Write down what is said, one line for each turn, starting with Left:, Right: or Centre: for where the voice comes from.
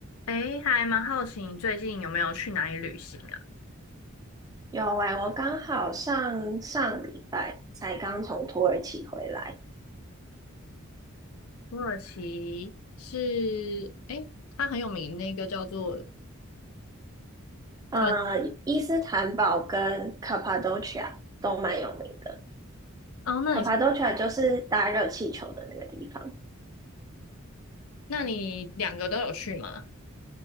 Left: 诶，还蛮好奇你最近有没有去哪里旅行啊？
Right: 有哎、我刚好上上礼拜才刚从土耳其回来。
Left: 土耳其是，诶，它很有名，那个叫做
Right: 呃，
Left: 突然，
Right: 伊斯坦堡跟 Cappadocia 都蛮有名的。
Left: 哦，那你
Right: Cappadocia 就是搭热气球的那个地方。
Left: 那你两个都有去吗？